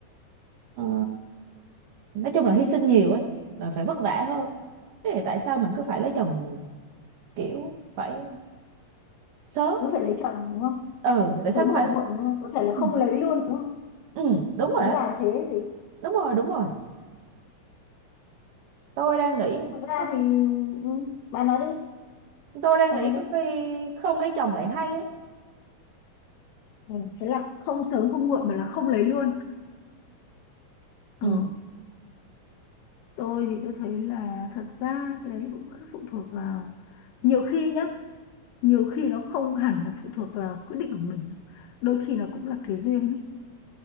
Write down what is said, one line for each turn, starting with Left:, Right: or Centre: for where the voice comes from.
Right: Ờ, nói chung là hy sinh nhiều ấy và phải vất vả hơn thế thì tại sao mình cứ phải lấy chồng kiểu phải sớm
Left: cứ phải lấy chồng đúng không
Right: ừ tại
Left: sớm
Right: sao cứ
Left: hoặc
Right: phải
Left: muộn đúng không có thể là không
Right: ừ
Left: lấy luôn đúng không
Right: ừ, đúng
Left: ý
Right: rồi đó
Left: bà là thế gì
Right: đúng rồi đúng rồi tôi đang nghĩ
Left: thật ra
Right: có-
Left: thì ừ, bà nói đi
Right: tôi đang
Left: bà
Right: nghĩ
Left: nói
Right: có
Left: đi
Right: khi không lấy chồng lại hay ấy
Left: ừ, thế là không sớm không muộn mà là không lấy luôn
Right: ừ
Left: ờ tôi thì tôi thấy là thật ra cái đấy cũng vẫn phụ thuộc vào nhiều khi nhá nhiều khi nó không hẳn là phụ thuộc vào quyết định của mình đâu đôi khi nó cũng là cái duyên ấy